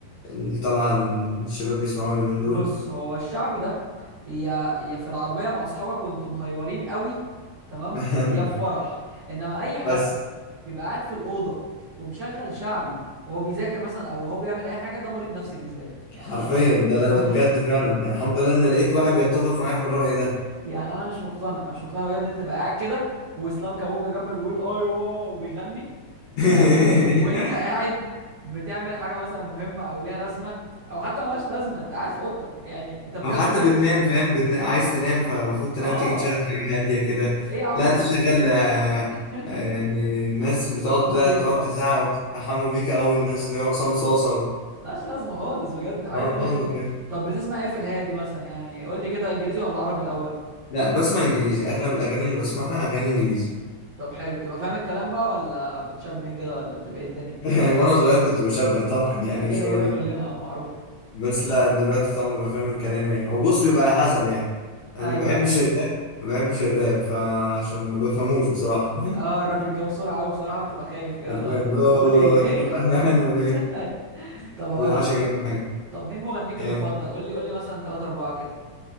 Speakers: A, on the left; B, on the right.
A: اللي طالعة الشباب بيسمعوها اليومين
B: بص
A: دول
B: هو الشعبي ده يا يا في العربية مع أصحابك وأنتم مهيورين قوي تمام
A: <laughs>
B: يا في فرح إنما أي حد
A: بس
B: بيبقى قاعد في الأوضة ومشغل شعبي وهو بيذاكر مثلا أو وهو بيعمل أي حاجة ده مريض نفسي بالنسبة لي يعني
A: حرفيا
B: أنا ما ب...
A: ده لا
B: ما
A: ده
B: ب...
A: بجد فعلا يعني الحمد لله ان لقيت واحد بيتفق معايا في الرأي ده
B: <laughs> يعني أنا مش مقتنع أنا مش مقتنع بجد إن أنت تبقى قاعد كده وإسلام كابونجا جنبك بيقول أيوه وبيغني فاهم
A: <laughs>
B: و... وأنت قاعد بتعمل حاجة مثلا مهمة أو ليها لازمة أو حتى ملهاش لازمة أنت قاعد في أوضتك يعني أنت بجد
A: لو حتى
B: إزاي
A: بتنام
B: بتسمع
A: فاهم بتنا... عايز تنام فالمفروض تنام
B: آه
A: تيجي تشغل حاجة هادية كده
B: ايه يا عم
A: لا
B: ده
A: تشغل آه،
B: <laughs>
A: آه، يعني الناس بتقعد
B: حمو
A: لا
B: بيكا
A: تقعد تزعق
B: و...
A: وتتحموا بيك أو الناس اللي هو حسام صاصة و...
B: ملهاش لازمه خالص بجد حاجه
A: اه
B: غبيه
A: خالص
B: جدا
A: يعني
B: طب بتسمع ايه في الهادي مثلا يعني قول لي كده انجليزي ولا عربي الاول
A: لا بسمع إنجليزي أغلب الأغاني اللي بسمعها أغاني إنجليزي
B: طب حلو بتبقى فاهم الكلام بقى ولا بتشبه كده ولا بتبقى ايه الدنيا
A: <laughs> وأنا صغير كنت بشبه طبعا يعني
B: <laughs> كده
A: مش هقول
B: كده كلنا
A: لك
B: اه معروف
A: بس لا دلوقتي طبعا ببقى فاهم الكلام يعني هو بص بيبقى على حسب يعني أنا
B: ايوه
A: ما بحبش
B: ايوه
A: الراب ما بحبش الراب فعشان ما بفهموش بصراحة
B: اه
A: <laughs>
B: الرب بيتكلم بسرعه قوي بصراحه بتبقى خايف كده
A: حرفيا
B: اللي هو انت
A: بلا
B: بتقولي ايه
A: كده فاحنا قاعد <laughs> ما بي-
B: <laughs> طب اقول
A: ما بلعبش
B: لك
A: جنبي حاجة
B: طب مين مغنيك
A: آه،
B: المفضل قول لي قول لي مثلا ثلاثة أربعة كده